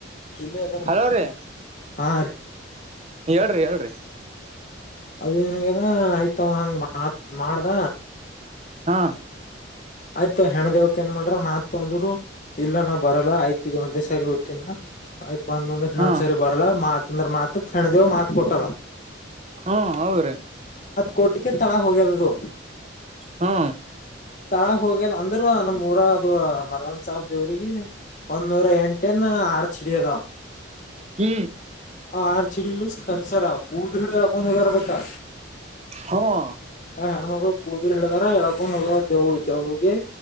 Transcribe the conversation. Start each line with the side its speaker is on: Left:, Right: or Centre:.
Left: ಇಲ್ಲಿದ ನ
Right: ಹಲೋ ರೀ
Left: ಹಾ
Right: ಹೇಳ್ರಿ ಹೇಳ್ರಿ
Left: ಅದೇನ್ಂಗ್ಯದ ಆಯ್ತವ ಹಂಗ್ತ್ ಮಾಡ್ದ
Right: ಹಾ
Left: ಆಯ್ತು ಹೆಣ ದೇವಕ್ ಏನ್ ಮಾಡ್ರ ಮತ್ ತುದ್ರು. ಇಲ್ಲ ನಾ ಬರಲ್ಲ ಆಯ್ತು ಒಂದೇ ಸಾರಿ ಹೋಗ್ತೀನ ನ ಆಯ್ತ. ಬಂದ ಅಂದ್ರೆ ಇನೊಂದು
Right: ಹಾ
Left: ಸರಿ ಬರಲ್ಲ ಮಾತ ಅಂದ್ರ ಮಾತ ಹೆಣ ದೇವ್ ಮಾತ್ ಕೊಟ್ಟದ.
Right: ಹ್ಮ ಹೌದ್ರೀ
Left: ಕೋಟ್ಗೆ ತಳ ಹೋಗಿರದು
Right: ಹಾ
Left: ತಳಾಗ ಹೋಗ್ಯದ್ ಅಂದ್ರ ನಮ್ ಊರ ಅದು ಮರ್ದನ್ ಸಾಬ್ ದೇವ್ರಿಗೆ ಒ ನೂರ ಎಂಟನ್ ಆರ್ ಚಿಡಿಯದಾವ
Right: ಹ್ಮ
Left: ಆ ಆರ್ ಚಿಡಿಲ್ಲಿ ಕರ್ಸರಾವ ಊದ್ರಿಡ ಯಾಕೊಂದ್ ಹೋಗರ್ಬೇಕಾ
Right: ಹ್ಮ್
Left: ಹ ಹೆಣ್ಮಳ ಕೂದಲು ಹೇಳ್ದಾರ ಎಳಕೊಂಡ್ ಹೋಗವು ದೇವು ದವಗೆ